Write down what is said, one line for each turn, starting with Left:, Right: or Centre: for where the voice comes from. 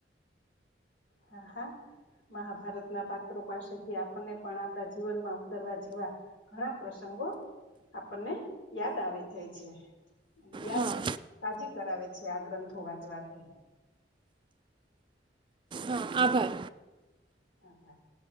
Left: હા હા મહાભારતના પાત્રો પાસેથી આપણને પણ આપણા જીવનમાં ઉતરવા જેવા- ઘણા પ્રસંગો આપણને યાદ આવી જાય છે. યાદ
Right: હા
Left: તાજી કરાવે છે આ ગ્રંથો વાંચવાથી-
Right: હા આભાર.
Left: <inaudible>